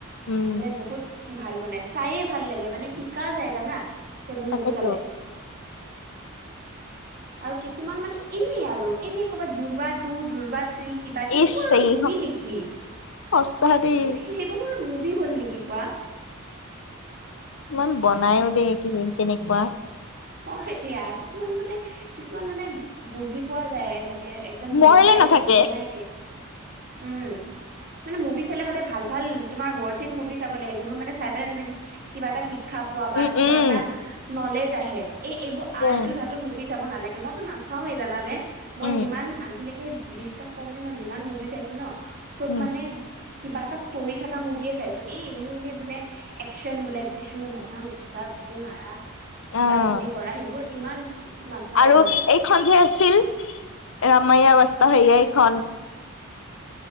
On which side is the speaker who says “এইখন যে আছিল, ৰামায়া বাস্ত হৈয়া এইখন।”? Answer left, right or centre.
Left